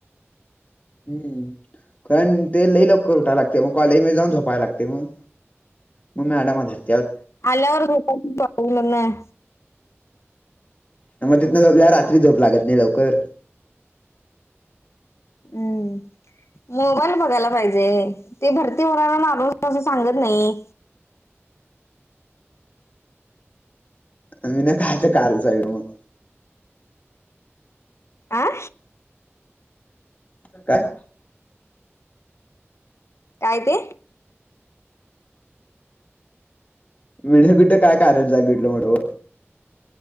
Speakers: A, on the left; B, on the left.
A: हम कारण ते लई लवकर उठाय लागतय म कॉलेज मध्ये जाऊन झोपायल लागतय मग म मॅडमा धरत्यात.
B: अल्यावर भेटा की कॉलेज मधन.
A: मग तिथनं रात्री झोप लागत नाही लवकर
B: हम्म मोबाईल बघायला पाहिजे ते भरती होणारला मारून असं सांगत नाही
A: मी नाही कायच काल साईड मग
B: आ
A: काय
B: काय ते
A: मीन कुठं काय कारण सांगितलं म्हण